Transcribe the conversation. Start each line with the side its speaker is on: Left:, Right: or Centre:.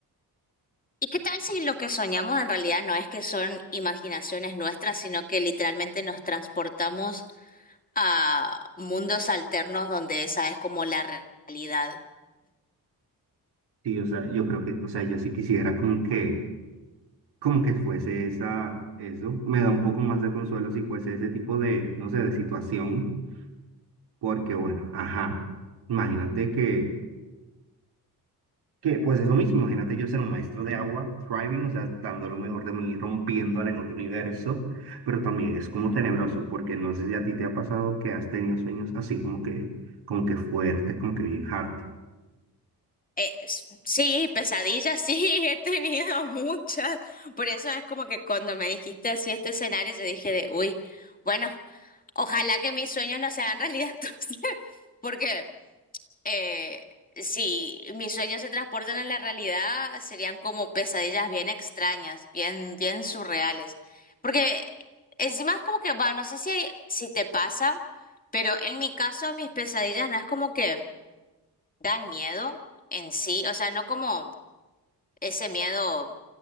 Left: ¿Y qué tal si lo que soñamos en realidad no es que son imaginaciones nuestras, sino que literalmente nos transportamos a mundos alternos donde esa es como la re- realidad?
Right: Sí, o sea, yo creo que, o sea, yo sí quisiera como que, como que fuese esa, eso. Me da un poco más de consuelo si fuese ese tipo de, no sé, de situación. Porque bueno, ajá. Imagínate que Que pues es lo mismo, imagínate yo ser un maestro de agua, thriving, o sea, dando lo mejor de mí, rompiéndola en otro universo, pero también es como tenebroso, porque no sé si a ti te ha pasado que has tenido sueños así como que, como que fuertes, como que bien hard.
Left: Eh, s- sí, pesadillas, sí, <laughs> he tenido muchas. Por eso es como que cuando me dijiste así este escenario, yo dije de, uy, bueno, ojalá que mis sueños no sean realidad <laughs> entonces, porque Eh, si mis sueños se transportan a la realidad, serían como pesadillas bien extrañas, bien, bien surreales. Porque encima es como que, va, no sé si, si te pasa, pero en mi caso mis pesadillas no es como que dan miedo en sí, o sea, no como ese miedo